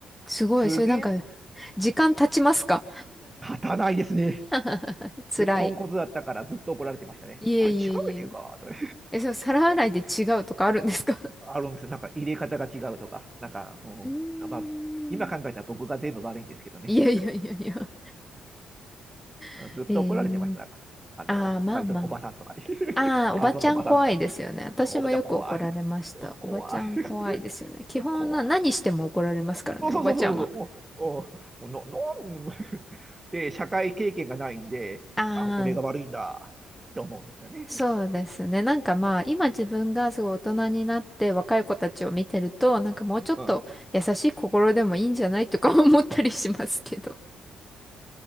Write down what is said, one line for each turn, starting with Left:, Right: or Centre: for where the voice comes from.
Centre: すごい。
Right: すげえ
Centre: それなんか、
Right: <laughs>
Centre: 時間経ちますか
Right: 勝たないですね。
Centre: <laughs> 辛い。
Right: で、ポンコツだったからずっと怒られてましたね。
Centre: いえいえいえい
Right: これ違うやねんか、とか
Centre: え。え、その皿洗いで違うとかあるんですか
Right: <laughs> あるんですよ。なんか入れ方が違うとか、なんか、
Centre: <laughs>
Right: うん、
Centre: うーん。
Right: まあ、今考えたら僕が全部悪いんですけどね。
Centre: <laughs> いやいやいやいや <laughs>
Right: ずっと怒られてました。
Centre: えー、
Right: なんか、あの、
Centre: ああ、まあま
Right: バイトのおばさんとかに、
Centre: あ。
Right: <laughs>
Centre: ああ、
Right: パートのおばさんとかね
Centre: おばちゃん怖いですよね。私もよく怒られました。
Right: おばちゃん怖い。怖い。
Centre: おばちゃん怖いですよね。基本な、
Right: 怖い。
Centre: 何しても怒られますからね、
Right: そうそうそうそうそう。
Centre: おばちゃんは。
Right: おおののんで、社会経験がないんで、
Centre: ああ、
Right: あ、俺が悪いんだ、と思うんですよね。
Centre: そうですね。なんかまあ、今自分がすごい大人になって若い子たちを見てると、なんかもうちょっと優しい心でもいいんじゃないとか
Right: うん。い
Centre: <laughs> 思ったりしますけど。